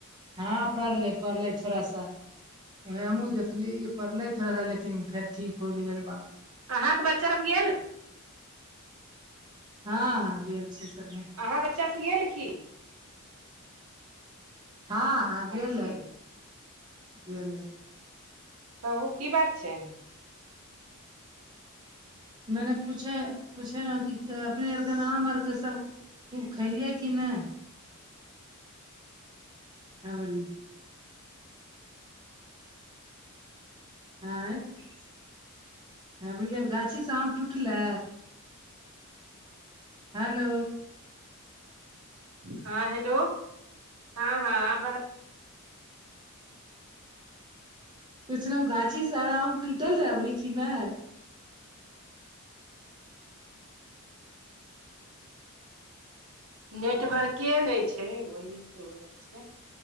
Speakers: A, on the right; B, on the right.
A: हँ पड़ले पढ़ले थोड़ा सा हमहुँ देखली पड़ले थोड़ा सा लेकिन फेर ठीक हो गेले रे बा
B: अहाँके बच्चा आब गेल
A: हँ हँ गेलल छै सब
B: अहाँके बच्चाँ गेल की
A: ह हँ हँ गेललै
B: अच्छे
A: गल्ले
B: कहू की बात छै
A: मैने पूछे पूछे रह क अपने आर के नाम आरके सब खूब खेलिए कि नहि अबरी आँय <inaudible> अबरी यर गाछी स आम टूटलै हेलो
B: हँ हेलो <inaudible> हँ हँ आब
A: पुछलौ गाछी सारा आम टूटल रहै अबरी कि नै
B: नेटवर्के नै छै ओहि स हो जाइ छै